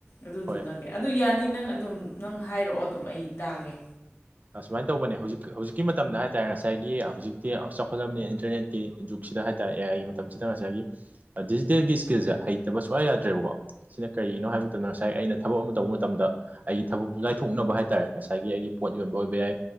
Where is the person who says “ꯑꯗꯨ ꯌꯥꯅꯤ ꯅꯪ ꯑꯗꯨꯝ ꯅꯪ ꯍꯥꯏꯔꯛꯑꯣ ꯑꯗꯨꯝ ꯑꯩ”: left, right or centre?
Left